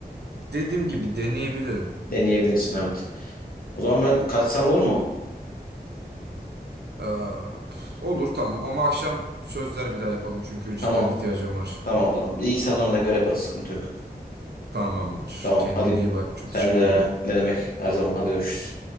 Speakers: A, on the right; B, on the left.
A: dediğim gibi deneyebilirim.
B: Deneyebilirsin evet. O zaman ben kaçsam olur mu?
A: Ee, pf, olur tamam ama akşam sözler bir daha yapalım çünkü cidden
B: Tamam.
A: ihtiyacım var.
B: Tamam tamam. Bir iki saat sonra tekrar yaparız. Sıkıntı yok.
A: Tamamdır.
B: Tamam
A: Kendine
B: hadi.
A: iyi bak. Çok
B: Sen
A: teşekkür
B: de
A: ederim.
B: ne demek her zaman. Hadi görüşürüz.